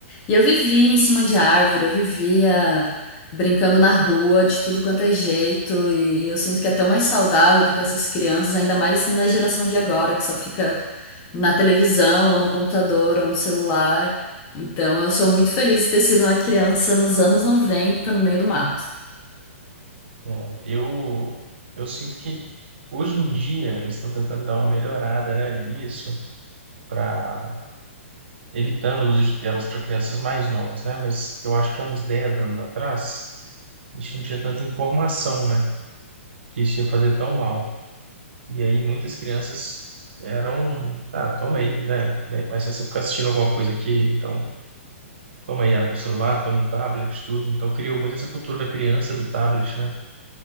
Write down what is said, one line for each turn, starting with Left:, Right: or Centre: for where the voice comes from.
Left: E eu vivia em cima de árvore, eu vivia brincando na rua de tudo quanto é jeito. E eu sinto que é tão mais saudável do que essas crianças, ainda mais na geração de agora, que só fica na televisão, ou no computador, ou no celular. Então, eu sou muito feliz de ter sido uma criança nos anos noventa no meio do mato.
Right: É, Eu, eu sinto que hoje em dia eles estão tentando dar uma melhorada, né, nisso, para evitando o uso de telas para crianças mais novas, né? Mas eu acho que há uns 10 anos atrás, a gente não tinha tanta informação, né? Que isso ia fazer tão mal. E aí muitas crianças eram, ah, toma aí, né? Bem, Mas se você ficar assistindo alguma coisa aqui, então toma aí abre o celular, toma o tablet, tudo. Então criou muito essa cultura da criança do tablet, né?